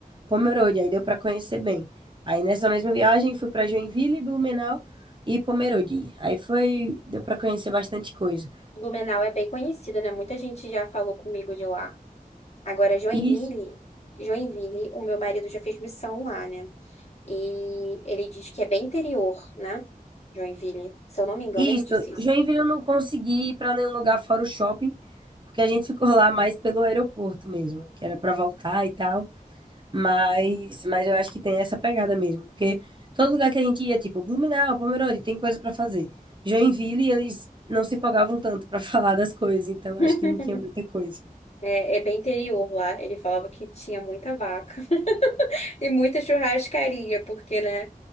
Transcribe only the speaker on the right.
Pomerode, aí deu pra conhecer bem. Aí nessa mesma viagem fui pra Joinville, Blumenau e Pomerode. Aí foi, deu pra conhecer bastante coisa.
E
Isso,
Joinville eu não consegui ir para nenhum lugar fora o shopping, porque a gente ficou lá mais pelo aeroporto mesmo, que era para voltar e tal. Mas, mas eu acho que tem essa pegada mesmo, porque todo lugar que a gente ia, tipo Blumenau, Pomerode, tem coisa para fazer. Joinville, eles não se empolgavam tanto para <laughs> falar das coisas, então
acho que não tinha muita coisa.